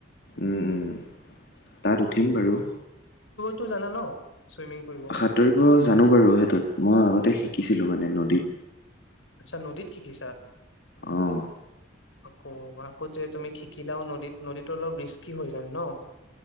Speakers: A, on the left (about 55°); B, on the left (about 75°).
A: উম, উম, তাত উঠিম বাৰু।
B: টো জানা ন'? চুইমিং কৰিব
A: সাঁতুৰিব জানো বাৰু সেইটোত মই আগতে শিকিছিলো মানে নদীত।
B: আচ্ছা নদীত শিকিচা?
A: অ'।
B: আকৌ আকৌ যে তুমি শিকিলাও নদীত নদীতো অলপ ৰিস্কি হৈ যায় ন'।